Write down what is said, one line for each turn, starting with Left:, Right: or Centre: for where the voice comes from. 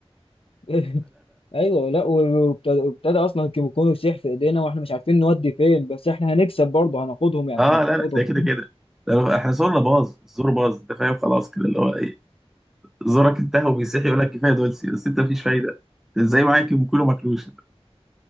Left: <laughs> ايوه لا وابتدى اصلا الكيميكون يسيح في ايدينا واحنا مش عارفين نودي فين بس احنا هنكسب برضه هناخدهم يعني
Centre: اه لا لا
Left: هناخدهم
Centre: ده كده كده ده لو- احنا زورنا باظ الزور باظ انت فاهم خلاص كده اللي هو ايه زورك انتهى وبيصيح يقول لك كفايه دولسي بس انت مفيش فايده زي معاك كله ماكلوش